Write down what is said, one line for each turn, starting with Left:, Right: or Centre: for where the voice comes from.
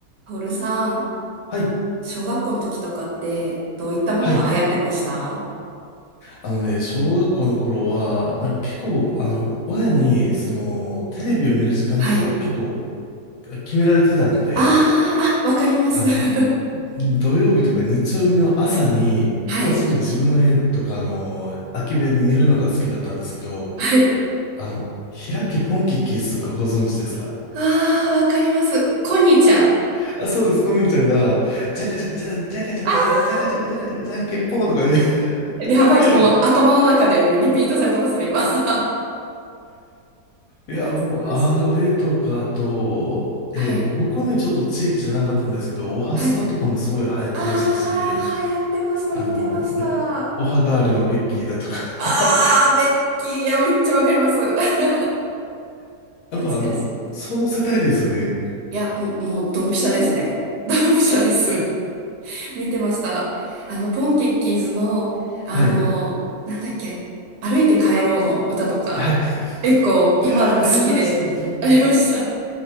Right: トールさん、
Left: はい、
Right: 小学校の時とかってどういったものが流行ってました
Left: はい。あのね、小学校の頃は、なんか結構、あの、親に、その、テレビを見る時間とか結構
Right: はい。
Left: 決められてたので、
Right: あー、あ、わかります。
Left: あの、
Right: <laughs>
Left: 土曜日とか日曜日の朝に、
Right: はい。
Left: こっそり自分の部屋とか、あの、空き部屋に見るのが好きだったんですけど、
Right: はい。
Left: あの、開けポンキッキーズとかご存知ですか
Right: あー、わかります。コニーちゃん。
Left: <laughs> あ、そうです。こにちゃんが、ジャカジャカジャン、ジャカジャカジャン、
Right: あ
Left: ジャカジャカジャカジャカジャン、ケッポンとか言う。<laughs>
Right: ー、やばい、もう頭の中でもうリピートされてます、それ今。<laughs> 懐
Left: いや、
Right: か
Left: もう、あれとか、
Right: しい。
Left: あと、
Right: はい。
Left: えっと、僕はね、ちょっと地域じゃなかったんですけど、オハスタとかもすごい流行ってましたし、
Right: はい。あー、流行ってました。
Left: あの、
Right: 見てました。
Left: なんか、オハガールのベッキーだとか
Right: あー、ベッキー。いや、めっちゃわかります。<laughs> 懐
Left: <laughs> やっぱあの、
Right: かしい。
Left: その世代ですよね。
Right: いや、もう、もう、ドンピシャですね。ドンピシャです。見てました。あの、ポンキッキーズの、あの、
Left: はい。
Right: なんだっけ、歩いて帰ろうの歌とか、
Left: はい。
Right: 結構今でも好きでありました。
Left: <laughs> ありましたね。
Right: <laughs>